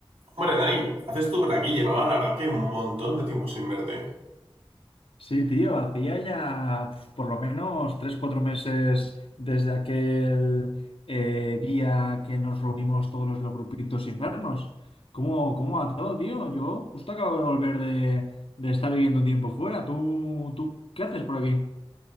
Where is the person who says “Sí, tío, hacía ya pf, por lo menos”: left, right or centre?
Left